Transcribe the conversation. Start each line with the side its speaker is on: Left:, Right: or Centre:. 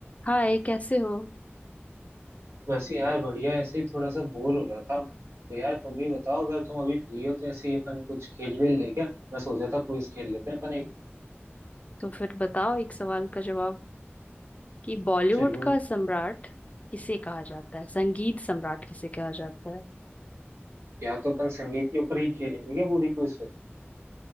Left: हाय कैसे हो
Right: बस यार बढ़िया ऐसे ही थोड़ा सा बोर हो रहा था तो यार तुम भी बताओ अगर तुम अभी फ्री हो तो ऐसे ही अपन कुछ खेल वेल ले क्या मैं सोचा था क्विज खेल लेते हैं अपन एक
Left: तो फिर बताओ एक सवाल का जवाब कि बॉलीवुड
Right: चलो
Left: का सम्राट किसे कहा जाता है संगीत सम्राट किसे कहा जाता है
Right: या तो अपन संगीत के ऊपर ही खेलेंगे क्या पूरी क्विज